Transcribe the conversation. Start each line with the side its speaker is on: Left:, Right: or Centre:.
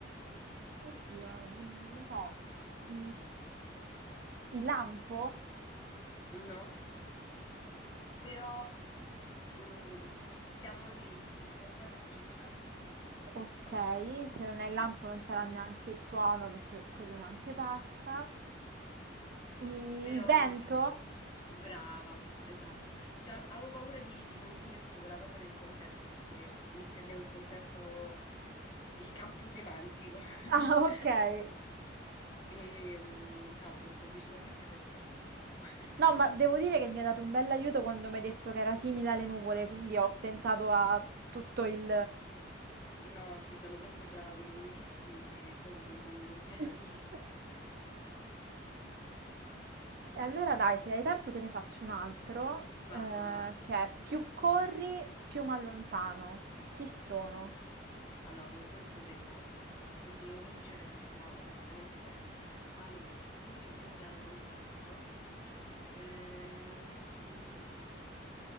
Right: Oddio, non lo so. I il lampo?
Left: no? Però mm, siamo lì, il contesto ci sta.
Right: Okay, se non è il lampo non sarà neanche il tuono perché quello neanche passa.
Left: Esatto.
Right: I il È
Left: Però
Right: l'olio. vento?
Left: il- brava, esatto. Cioè, avevo paura di, di confonderti con la cosa del contesto, perché intendevo il contesto del campo semantico. <laughs>
Right: Ah, okay.
Left: E mm, cavolo, sto decisamente perdendo comunque.
Right: No,
Left: <laughs>
Right: ma devo dire che mi hai dato un bell'aiuto quando mi hai detto che era simile alle nuvole, quindi ho pensato a tutto il
Left: No, sì, sono troppo brava con gli indizi e poco con gli indovinelli.
Right: <laughs> E allora dai, se hai tempo te ne faccio un altro,
Left: <laughs> Vai,
Right: eh,
Left: vai, vai.
Right: che è più corri, più mi allontano. Chi sono?
Left: Allora, con questo devo, con questo devo vincere perché sennò ho decisamente perso. Allora, più corri, più mi allontano. Ehm,